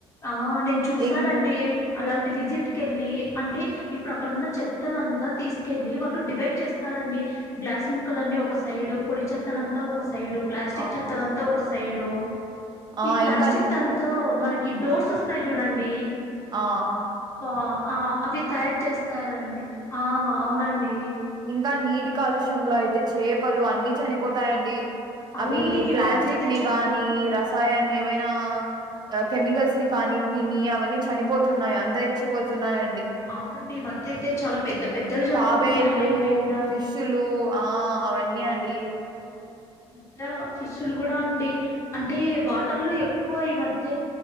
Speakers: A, on the left (about 25°); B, on the right (about 40°).
A: ఆ నేను చూసానండి
B: ఇం
A: అలాంటి విజిట్ కెళ్ళి అంటే ఇప్పుడు అక్కడున్న చెత్త అంతా తీసుకెళ్ళి వాళ్ళు డివైడ్ చేస్త స్తారండి గ్లాస్ ముక్కల అన్నీ ఒక సైడు పొడి చెత్తన అంతా ఒక సైడ్ ప్లాస్టిక్
B: ఆ
A: చెత్తన అంతా ఒక సైడు
B: ఆ
A: ఈ ప్లాస్టిక్
B: ఇంకా
A: దాంతో మనకి డోర్స్ వస్తాయి చూడండి
B: ఆ
A: ఆ ఆ అవి తయారు చేస్తారండి ఆ అవునండి
B: ఇంకా నీటి కాలుష్య లో అయితే చేపలు అన్ని చనిపోతాయండి
A: అవునండి
B: అవి
A: ఈ
B: ప్లాస్టిక్
A: మధ్య అయితే
B: ని
A: చాలా
B: గాని రస్ వ్యవసాయాలని ఏవైనా కెమికల్స్ ని కానీ తిని అవన్నీ చనిపోతున్నాయి అంతరించిపోతున్నాయి
A: అవునండి ఈ మద్య అయితే పెద్ద పెద్దవి చనిపోతున్నాయి
B: తాబేల్లు
A: నేను విన్నా
B: ఫిష్లు ఆ అవన్నీ అండి
A: ఈ మధ్య ఫిష్లు కూడా అండి అంటే వాటర్ లో ఎక్కువ ఈ మధ్య